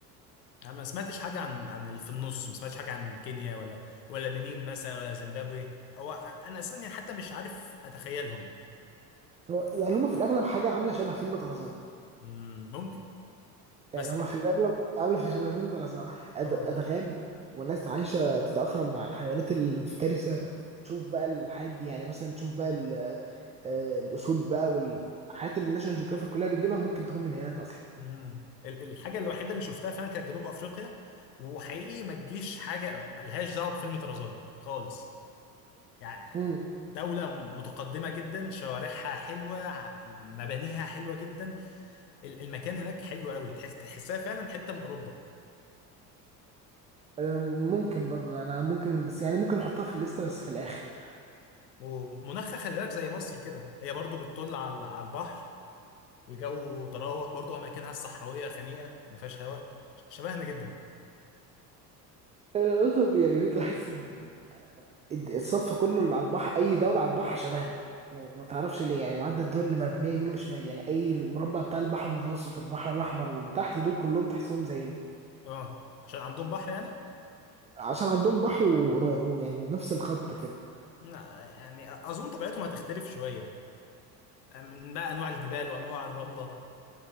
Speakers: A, on the left; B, on the right.
A: انا ما سمعتش حاجه عن عن اللي في النص ما سمعتش حاجه عن كينيا ولا ولا بنين مثلا ولا زيمبابوي او انا اساسا يعني حتى مش عارف اتخيلهم
B: هو يعني هم في الاغلب حاجه عامله شبه فيلم طرزان
A: مم، ممكن بس
B: يعني هم في الاغلب عامله في- شبه فيلم طرزان أد-
A: اه
B: ادغال وناس عايشه تتاقلم مع الحيوانات المفترسه تشوف بقى الحاجات دي يعني مثلا تشوف بقى ال- آه، الاسود بقى والحاجات اللي ناشونال جيوغرافيك كلها بتجيبها ممكن تكون من هناك اصلا
A: مم. ال- الحاجه الوحيده اللي شفتها فعلا كانت جنوب افريقيا وحقيقي ما تجيش حاجه ملهاش دعوه بفيلم طرزان خالص يعني
B: مم.
A: دولة متقدمة جدا شوارعها حلوة ع- مبانيها حلوة جدا ال- المكان هناك حلو قوي تحس تحسها فعلا حته من اوروبا
B: آه، ممكن برضو انا ممكن بس يعني ممكن احطها في الليسته بس في الاخر
A: ومناخها خلي بالك زي مصر كده هي برضو بتطل على على البحر الجو طراوه برضو اماكنها الصحراويه خنيقه ما فيهاش هوا ش- شبهنا جدا
B: أنا اصلا يعني كنت بحس ان الصف كله اللي على البحر اي دوله على البحر شبهنا ما تعرفش ليه يعني معدى الدول اللي مرميه يمين وشمال يعني اي المربع بتاع البحر المتوسط والبحر الاحمر وتحت دول كلهم تحسهم زينا
A: اه عشان عندهم بحر يعني
B: عشان عندهم بحر ور- ويعني نفس الخط كده
A: لا، يعني اظن طبيعتهم هتختلف شويه من بقى انواع الجبال وانواع الرمله